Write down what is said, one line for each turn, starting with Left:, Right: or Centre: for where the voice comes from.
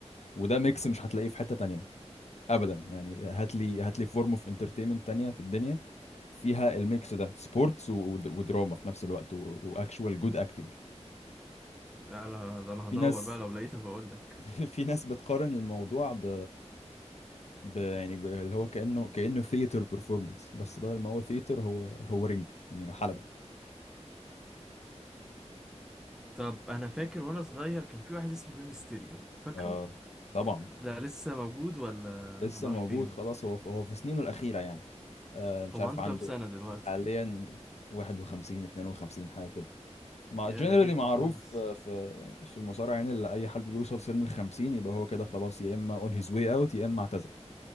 Left: وده ميكس مش هتلاقيه في حته تانية ابدا يعني هات لي هات لي فورم اوف انترتينمنت تانية في الدنيا فيها الميكس ده سبورتس ودراما في نفس الوقت واكشوال جود اكتنج
Centre: لا لا ده انا
Left: في
Centre: هدور
Left: ناس
Centre: بقى لو لقيتها بقول لك
Left: <laughs> في ناس بتقارن الموضوع ب, ب... يعني ب... اللي هو كأنه كأنه ثياتر performance بس بدل ما هو ثياتر هو هو رينج يعني حلبة
Centre: طب انا فاكر وانا صغير كان في واحد اسمه ريمي ستيريو فاكره
Left: اه طبعا
Centre: ده لسه موجود ولا
Left: لسه
Centre: ولا
Left: موجود
Centre: راح فين
Left: خلاص هو في... هو في سنينه الأخيرة يعني آه مش
Centre: هو
Left: عارف
Centre: عنده
Left: عنده
Centre: كام سنة دلوقتي
Left: حاليا 51 52 حاجة كده مع
Centre: يا
Left: جنرالي
Centre: ده جده
Left: معروف
Centre: خالص
Left: آه، في في المصارعه يعني اللي اي حد بيوصل سن ال 50 يبقى هو كده خلاص يا اما اون هيز واي اوت يا اما اعتزل